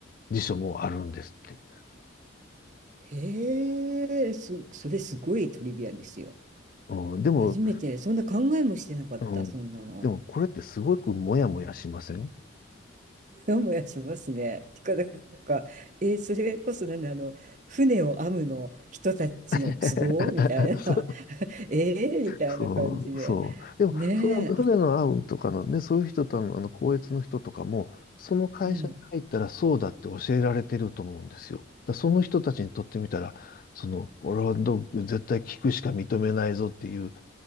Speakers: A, on the left; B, on the right.
A: 辞書もあるんですって。
B: へえ、そ、それすごいトリビアですよ。
A: うん、でも、
B: 初めて、そんな考えもしてなかった、
A: うん、
B: そんなの。
A: でもこれってすごくモヤモヤしません
B: もやもやしますね。てか、なんか、えーそれこそなんだ、あの、船を編むの人たちの都合みたいな。
A: <laughs> そ
B: ええみたいな感じで。
A: そう、そう。でも、
B: ねえ、
A: その船のアウンとかのね、
B: あ
A: そういう人との、あの、校閲の人とかも、その会社に入ったらそうだって教えられてると思うんですよ。
B: うん。
A: だからその人たちにとってみたら、その、俺はど絶対聞くしか認めないぞっていう